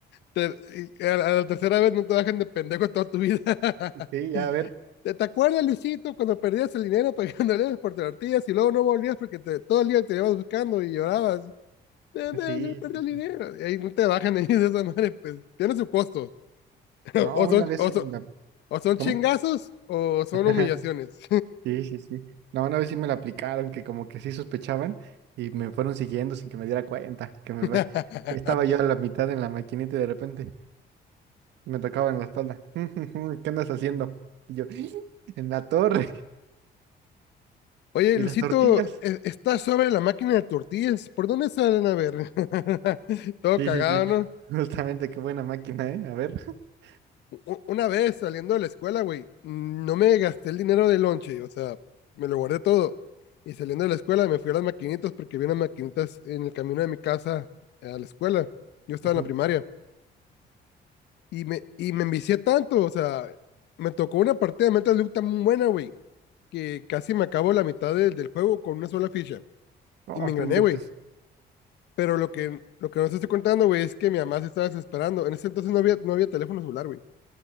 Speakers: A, on the left (about 80°); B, on the right (about 85°).
A: Te- y a, la a la tercera vez no te dejan de pendejo toda tu vida. <laughs>
B: Sí, a ver,
A: ¿Te, te acuerdas, Luisito, cuando perdías el dinero pagando <laughs> andabas por tortillas y luego no volvías porque te- todo el día te ibas buscando y llorabas? "Eh, me,
B: sí,
A: se me perdió
B: sí,
A: el
B: sí.
A: dinero. Y ahí no te bajan <laughs> ahí de esa madre, pues tiene su costo. <laughs>
B: No,
A: O
B: una
A: son,
B: vez
A: o
B: sí
A: son-
B: me la...
A: O son chingazos
B: ¿Cómo?
A: o son
B: <laughs>
A: humillaciones.
B: Sí, sí, sí. No, una vez sí me la aplicaron, que como que sí sospechaban y me fueron siguiendo sin que me diera cuenta, que me...
A: <laughs>
B: fue- Estaba yo a la mitad en la maquinita y de repente me tocaban la espalda. <laughs> ¿Qué andas haciendo? Y yo, <gasps> en la torre
A: Oye,
B: y
A: Luisito,
B: las tortillas.
A: e- está sobre la máquina de tortillas. ¿Por dónde salen a ver? <laughs> Todo
B: Sí,
A: cagado,
B: sí, sí. <laughs>
A: ¿no?
B: Justamente, qué buena máquina, ¿eh? A ver. <laughs>
A: U- Una vez saliendo de la escuela, güey, no me gasté el dinero del lonche, o sea, me lo guardé todo. Y saliendo de la escuela me fui a las maquinitas porque vi unas maquinitas en el camino de mi casa a la escuela. Yo estaba
B: Ujú.
A: en la primaria. Y me, y me envicié tanto, o sea, me tocó una partida de Metal Slug tan buena, güey que casi me acabo la mitad del, del juego con una sola ficha.
B: No,
A: Y me engrané,
B: no inventes.
A: güey. Pero lo que, lo que no te estoy contando, güey, es que mi mamá se estaba desesperando. En ese entonces no había, no había teléfono celular, güey.